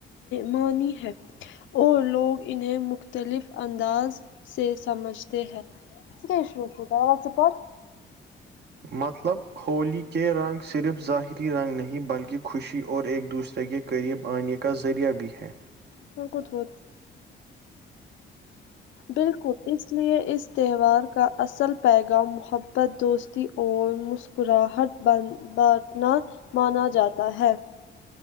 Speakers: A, on the left; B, on the right.
A: مانی ہے اور لوگ انہیں مختلف انداز سے سمجھتے ہیں <unintelligible> کیاوو کیااو پر
B: مطلب ہولی کے رنگ صرف ظاہری رنگ نہیں بلکہ خوشی اور ایک دوسرے اس کہ قریب آنے کا ذریعہ بھی ہے
A: کون کو ہوت بالکل اس لیے اس تہوار کا اصل پیغام محبت دوستی اور مسکراہٹ بند بانٹنا مانا جاتا ہے